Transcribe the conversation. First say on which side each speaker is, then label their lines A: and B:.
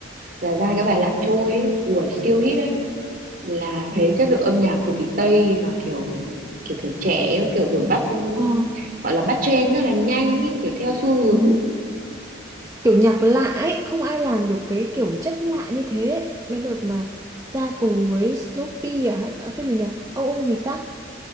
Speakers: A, on the right; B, on the right.
A: là ra cái bài Lạc Trôi ấy, ủa siêu hit đấy là
B: Ừ.
A: thấy chất lượng âm nhạc cực kỳ tây mà kiểu kiểu kiểu trẻ ấy, kiểu kiểu bắt
B: Ờ,
A: gọi là bắt trend rất là nhanh ấy, kiểu theo xu hướng
B: Ừ.
A: ấy.
B: kiểu nhạc lạ ấy không ai làm được cái kiểu chất lạ như thế ấy. cái đợt mà ra cùng với Snoopy à, hay à, cái gì nhỉ ông ông gì ta